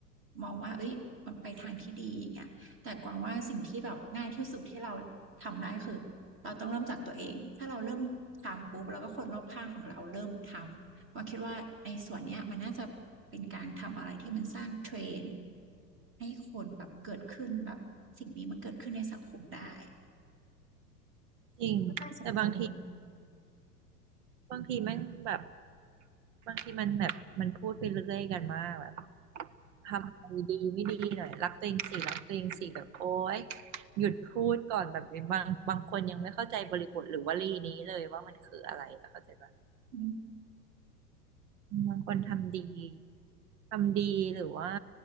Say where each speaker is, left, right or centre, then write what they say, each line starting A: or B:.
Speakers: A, on the right (about 25°); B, on the right (about 50°).
A: มองว่าเอ้ยมันไปทางที่ดีอย่างเงี้ยแต่กวางว่าสิ่งที่แบบง่ายที่สุดที่เราทำได้คือเราต้องเริ่มจากตัวเองถ้าเราเริ่มทำปุ๊บแล้วก็คนรอบข้างของเราเริ่มทำกวางคิดว่าในส่วนเนี้ยมันน่าจะเป็นการทำอะไรที่มันสร้างเทรนด์ให้คนแบบเกิดขึ้นแบบสิ่งนี้มันเกิดขึ้นในสังคมได้
B: จริงแต่บางที
A: ก็น่าสนใจดี
B: บางทีแม่งแบบบางทีมันแบบมันพูดไปเรื่อยกันมากแบบทำอะไรดีไม่ดีหน่อยรักตัวเองสิรักตัวเองสิแบบโอ๊ยหยุดพูดก่อนแบบบางบางคนยังไม่เข้าใจบริบทหรือวลีนี้เลยว่ามันคืออะไรอะเข้าใจปะ
A: อ
B: บางคนทำดีทำดีหรือว่า